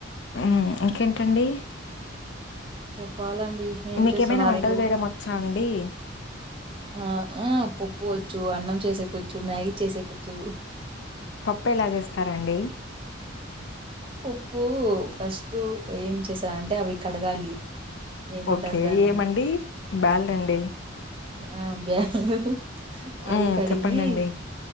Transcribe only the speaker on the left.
ఉమ్ ఇంకేంటండి
మీకేమైనా
వంటలు
చేయడం వచ్చా అండి
పప్పు ఎలా చేస్తారండి
ఓకే
ఏమండి బాల్డ్ అండి
మ్మ్
చెప్పండండి